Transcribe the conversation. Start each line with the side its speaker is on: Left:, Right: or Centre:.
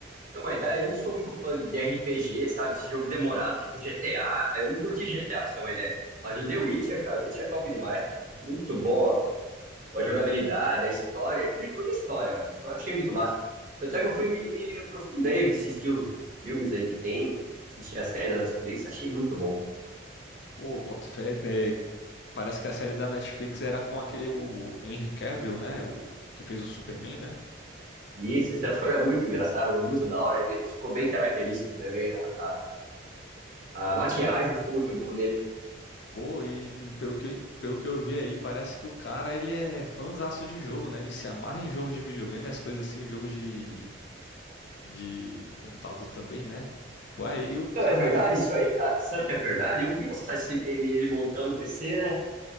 Right: Então, uma ideia, eu não sou muito fã de RPG, sabe? Esse jogo demorado, tipo GTA. Eu não curti
Left: Ah,
Right: GTA, pra você ter uma ideia. Mas o The Witcher, cara, The Witcher é top demais, cara. Muito bom a jogabilidade,
Left: é.
Right: a história. Curti muita história, velho. A história eu achei muito massa. Tanto é que eu fui me, me aprofundei, assisti os filmes aí que tem, assisti a série da Netflix, achei muito bom.
Left: Pô, boto fé, né? Parece que a série da Netflix era com aquele o Henry Cavill, né? O que fez o Superman, né?
Right: E esse, esse ator é muito engraçado, é muito da hora. Ele, ele ficou bem característico também. A, a, a maquiagem ficou muito boa nele.
Left: Pô, e pelo que eu, pelo que eu vi aí, parece que o cara, ele é fanzaço de jogo, né? Ele se amarra em jogo de videogame, as coisas assim, jogo de, de computador também, né? Pô, aí o
Right: Então,
Left: cara,
Right: é verdade isso aí, cara? Será que é verdade? Eu vi essa- esse meme ele montando o PC, né?